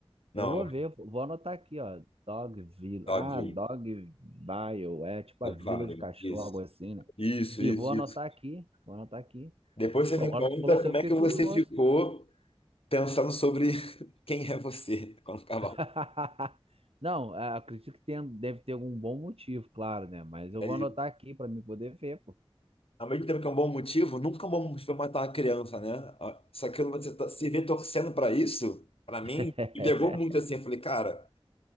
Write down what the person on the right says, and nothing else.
Eu
vou ver, vou anotar aqui, ó. Dogville. Ah,
Dogville. É tipo a vila
de cachorro,
algo assim, né?
E
vou anotar
aqui. Vou anotar aqui.
Pô,
agora
tu falou assim,
eu fiquei
curioso.
<laughs> Não, é, acredito que tem, deve ter algum bom motivo, claro, né? Mas eu
vou
anotar aqui pra me poder ver, pô.
<laughs>